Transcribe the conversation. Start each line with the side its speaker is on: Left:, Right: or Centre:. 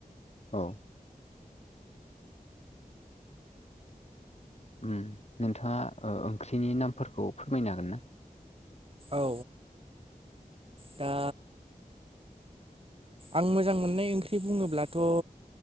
Left: औ उम नोंथाङा ओ ओंख्रिनि नामफोरखौ फोरमायनो हागोन ना?
Right: औ दा आं मोजां मोननाय ओंख्रि बुङोब्लाथ'